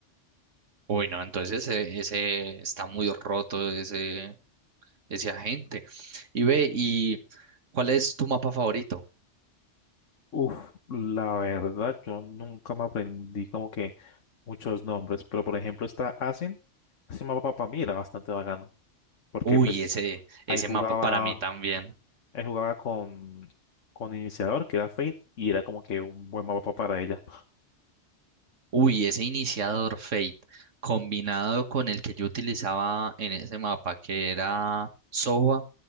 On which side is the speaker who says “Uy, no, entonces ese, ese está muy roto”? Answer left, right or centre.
Right